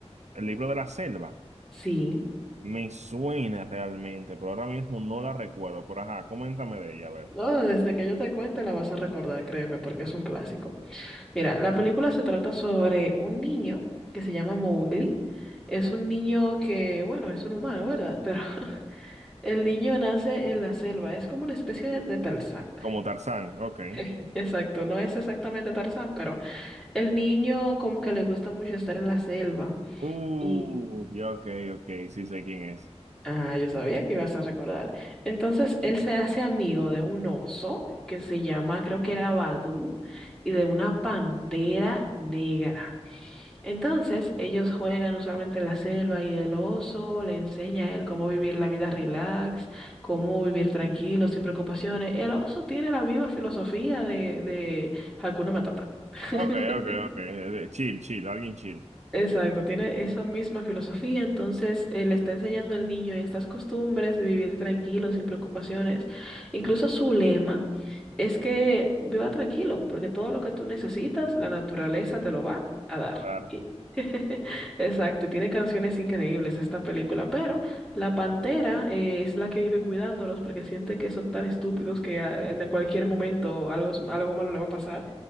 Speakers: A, on the right; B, in the centre.
A: El libro de la selva
B: Sí.
A: me suena realmente, pero ahora mismo no la recuerdo, pero ajá, coméntame de ella, a ver.
B: No, desde que yo te cuente la vas a recordar, créeme, porque es un clásico. Mira, la película se trata sobre un niño que se llama Mowgli. Es un niño que, bueno, es un humano, ¿verdad? Pero <laughs> el niño nace en la selva, es como una especie de, de Tarzán.
A: Como Tarzán, ok.
B: <laughs> Exacto, no es exactamente Tarzán, pero el niño como que le gusta mucho estar en la selva.
A: Uh,
B: Y,
A: ya, ok, ok, sí sé quién es.
B: ah, yo sabía que ibas a recordar. Entonces, él se hace amigo de un oso que se llama, creo que era Badú, y de una pantera negra. Entonces, ellos juegan usualmente en la selva y el oso le enseña a él cómo vivir la vida relax, cómo vivir tranquilo, sin preocupaciones. El oso tiene la misma filosofía de, de Hakuna Matata. <laughs>
A: Ok, ok, ok. eh, Chill, chill, alguien chill.
B: Exacto, tiene esa misma filosofía, entonces eh, le está enseñando al niño estas costumbres de vivir tranquilo, sin preocupaciones. Incluso su lema es que viva tranquilo, porque todo lo que tú necesitas, la naturaleza te lo va a dar.
A: Claro.
B: Y- <laughs> Exacto, y tiene canciones increíbles esta película, pero la pantera eh, es la que vive cuidándolos porque siente que son tan estúpidos que ah, en cualquier momento algo, algo malo le va a pasar